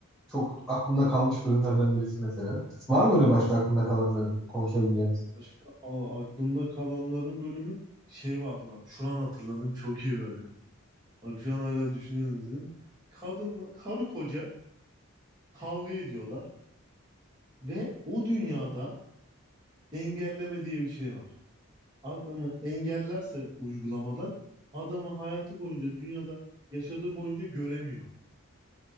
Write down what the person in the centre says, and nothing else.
Çok aklımda kalmış bölümlerden birisi mesela. Var mı öyle başka aklımda kalan bölüm konuşabileceğiniz?